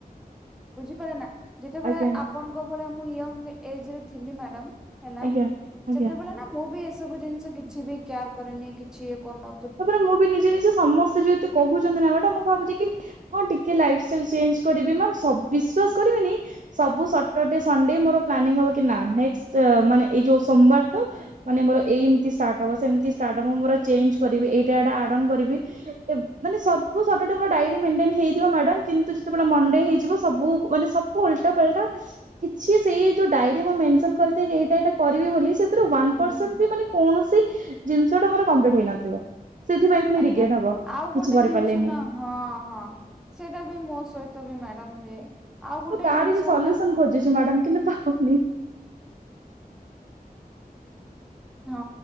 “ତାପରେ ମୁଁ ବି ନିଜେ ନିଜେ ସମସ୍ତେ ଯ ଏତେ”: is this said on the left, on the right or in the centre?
Right